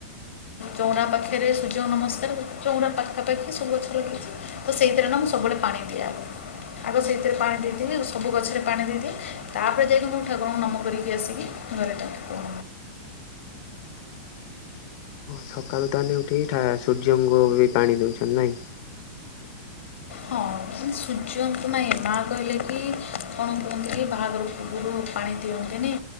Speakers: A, on the left; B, on the left.
A: ଚୋଉଁରା ପାଖରେ ସୂର୍ଯ୍ୟ ନମସ୍କାର କରେ। ଚୋଉଁରା ପାଖାପାଖି ସବୁ ଗଛ ଲଗେଇଛି ତ ସେଇଥିରେ ନା ମୁଁ ସେଇଥିରେ ନା ସବୁବେଳେ ପାଣି ଦିଏ ଆଗ। ଆଗ ସେଇଥିରେ ପାଣି ଦେଇ ଦିଏ ଡେଲି ସବୁ ଗଛରେ ପାଣି ଦେଇଦିଏ। ତା ପରେ ଯାଇକି ମୁଁ ଠାକୁରଙ୍କୁ ନମ କରିକି ଆସିକି ଘରେ କାମ କରେ
B: ସକାଳୁ ତାହେନେ ଉଠିକି ଠା ସୂର୍ଯ୍ୟଙ୍କୁ ବି ପାଣି ଦୋଉଛନ୍ତି ନାଇଁ?
A: ହଁ। ସୁର୍ଯ୍ୟଙ୍କୁ ନାଇ ମାଆ କହିଲେ କି କଣ କୁହନ୍ତି କି ବାହାଘର ପୂର୍ବରୁ ପାଣି ଦିଅନ୍ତିନି।